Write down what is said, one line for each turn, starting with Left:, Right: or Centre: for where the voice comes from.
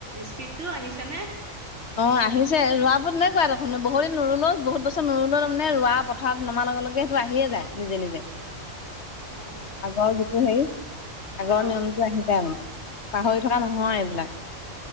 Right: স্পীডতটো আহিছে নে?
Left: অ আহিছে ৰোৱ বাবোৰত নকুৱা দেখোন বহু দিন নোলো বহুত বছৰ নৰুলো তাৰ মে ৰোৱা পথাৰত নমা লগে লগ সেইটো আহিয়ে যায় নিজে নিজে।
Right: অ
Left: আগৰ যিটো হেৰি আগৰ
Right: অ
Left: নিয়মটো আহি যায় মানে। পাহৰি থকা নহয় এইবিলাক।